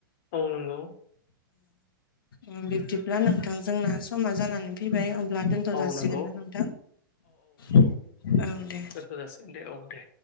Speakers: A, on the left (about 40°); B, on the left (about 80°).
A: औ नंगौ
B: औ बिब्दिब्ला नोंथां जोंना समा जानानै फैबाय होनब्ला दोनथ'
A: औ
B: जासिगोन
A: नंगौ
B: ना नोंथां औ दे
A: ओस दोनथ जासिगोन दे औ दे